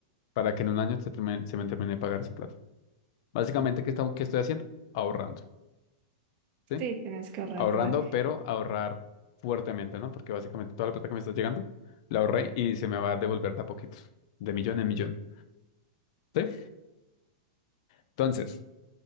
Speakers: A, on the left; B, on the right.
A: para que en un año se, termine- se me termine de pagar esa plata. Básicamente, ¿qué, estamos- qué estoy haciendo? Ahorrando, ¿sí?
B: Sí, tienes que ahorrar,
A: Ahorrando,
B: ¿verdad?
A: pero ahorrar fuertemente, ¿no? Porque básicamente toda la plata que me está llegando la ahorré y se me va a devolver de a poquitos, de millón en millón, ¿sí? Entonces,